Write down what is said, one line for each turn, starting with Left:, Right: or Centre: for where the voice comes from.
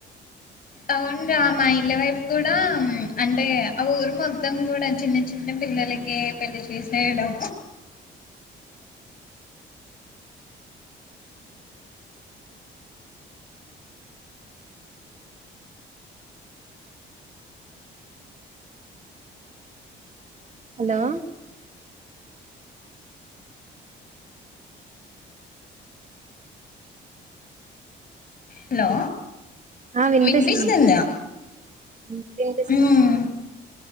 Left: అవును రా మా ఇల్ల వైపు కూడా అంటే ఆ ఊరు మొత్తం కూడా చిన్న చిన్న పిల్లలకే పెళ్లి చేసేయడం
Right: హలో
Left: హలో
Right: ఆ వినిపిస్తుంది
Left: వినిపిస్తుందా
Right: ఉ పెయింటసు
Left: ఉమ్,